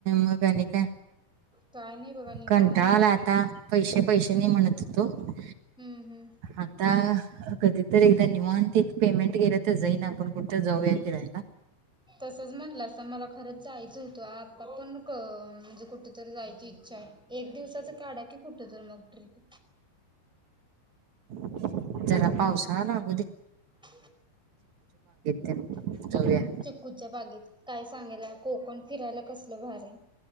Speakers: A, on the right; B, in the centre.
A: मग आणि काय?
B: काय नाही बघा निवांत
A: कंटाळा आलय आता पैसे पैसे नाई म्हणून म्हणत व्हतो.
B: हम्म हम्म
A: आता कधीतरी एकदा निवांत एक पेमेंट केलं तर जाई ना आपण कुठं जाऊया फिरायला
B: तसच म्हणलं अस मला खरंच जायचं होतं आता पण म्हणजे कुठ तरी? जायची इच्छा आहे एक दिवसाच <unintelligible> काढा कि कुठ तर मग ट्रीप?
A: <inaudible> जरा पावसाळा लागूदे
B: <unintelligible>
A: ते
B: हम्म
A: जाऊया
B: चिक्कूच्या बागेत काय सांगायला कोकण फिरायला कसलं भार आहे